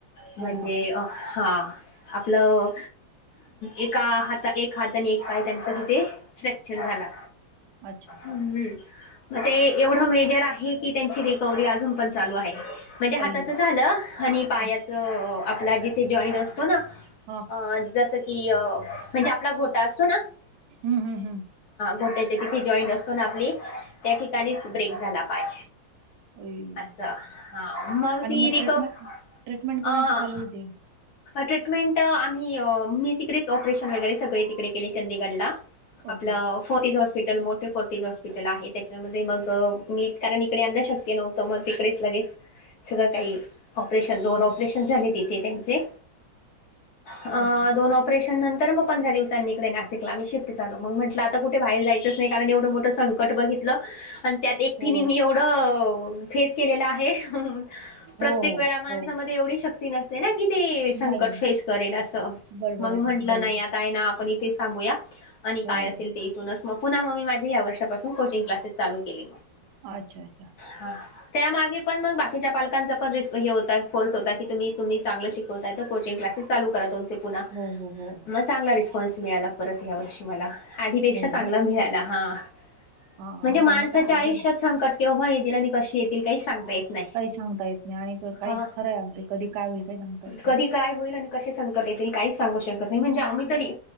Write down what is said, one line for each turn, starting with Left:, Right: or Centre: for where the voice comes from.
Left: म्हणजे
Right: हो का?
Left: अं हा आपलं एका हाता एक हात त्यांनी एक पाय त्यांचा तिथे फ्रॅक्चर झाला
Right: अच्छा
Left: हं मग ते एवढं मेजर आहे की त्यांची रिहकवरी अजून पण चालू आहे म्हणजे हाताचं
Right: अई.
Left: झालं आणि पायाच
Right: हा.
Left: आपला जिथे जॉईंट असतो ना
Right: हां
Left: हं जसं की म्हणजे आपला गोटा असतो ना
Right: हं हं हं.
Left: तर तिथे जॉईंट असतो ना आपली त्या ठिकाणीच ब्रेक झाला पाय
Right: अई.
Left: असं हा मग
Right: आणि
Left: ती रिक
Right: ट्रीटमेंट
Left: अं
Right: ट्रीटमेंट कोणाची चालू होती?
Left: ट्रीटमेंट आम्ही मी तिकडेच ऑपरेशन वगैरे सगळे तिकडे केले चंदीगडला आपलं
Right: ओके.
Left: फोरी हॉस्पिटल मोठे फोर्टिच हॉस्पिटल आहे त्याच्यामध्ये मग मी कारण इकडे आणण शक्य नव्हतं मग तिकडेच लगेच सगळं काही ऑपरेशन दोन
Right: हं.
Left: ऑपरेशन झाले तिथे त्यांचे अं
Right: अच्छा.
Left: दोन ऑप ऑपरेशन नंतर मग पंधरा दिवसांनी नाशिकला आम्ही शिफ्ट झालो मग म्हंटलं आता कुठे बाहेर जायच नाही कारण एवढं मोठं संकट बघितलं त्यात एकटीने
Right: हो.
Left: मी एवढं फेस केलेलं आहे. प्रत्येक
Right: हो हो.
Left: वेळा माणसामध्ये
Right: हो.
Left: एवढी शक नसते ना कि ती संकट
Right: नाही
Left: फेस
Right: ना.
Left: करेल अस
Right: बरोबर
Left: मग
Right: आहे
Left: म्हंटलं
Right: ना. बरोबर.
Left: नाही आता आहे ना आपण इथेच बघूया आणि
Right: हो.
Left: काय असेल इथूनच मग पुन्हा मी माझे या वर्षापासून कोचिंग क्लासेस चालू केले
Right: अच्छा अच्छा.
Left: हां त्यामागे पण मग बाकीच्या पालकांचा पण र हेता आहे फोर्स होता की तुम्ही तुम्ही चांगलं शिकवताय तर कोचिंग क्लासेस चालू करा तुमचे पुन्हा
Right: हो हो हो.
Left: मग चांगला रिस्पॉन्स मिळाला परत या वर्षी मला आधीपेक्षा
Right: हो
Left: चांगला
Right: ना.
Left: मिळाला हां
Right: हां.
Left: म्हणजे माणसाच्या
Right: नाही मग काय
Left: आयुष्यात
Right: अजून
Left: संकट केव्हा येतील आणि कशी येतील काही सांगता येत नाही.
Right: काही सांगता येत नाही आणि काहीच
Left: हा
Right: खरंय अगदी कधी काय होईल काही सांगता येत नाही
Left: कधी काय होईल आणि. कसे संकट येतील काहीच सांगू शकत नाही म्हणजे आम्ही तरी.